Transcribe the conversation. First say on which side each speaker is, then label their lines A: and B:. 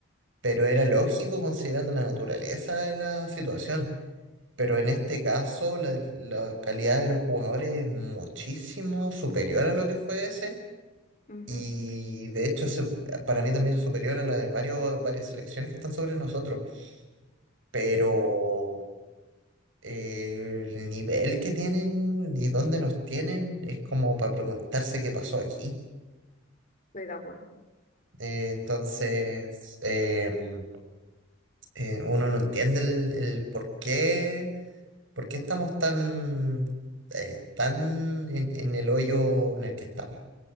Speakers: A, on the right (about 70°); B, on the left (about 40°).
A: pero era lógico considerando la naturaleza de la situación. Pero en este caso, la, la calidad de los jugadores es muchísimo superior a lo que fue ese.
B: ujú,
A: Y de hecho, se- para mí también es superior a la de varios, varias selecciones que están sobre nosotros. Pero eh, el nivel que tienen y dónde nos tienen es como para preguntarse qué pasó aquí.
B: estoy de acuerdo.
A: Eh, entonces, em, eh, uno no entiende el, el por qué. ¿Por qué estamos tan, eh, tan en, en el hoyo en el que estamos?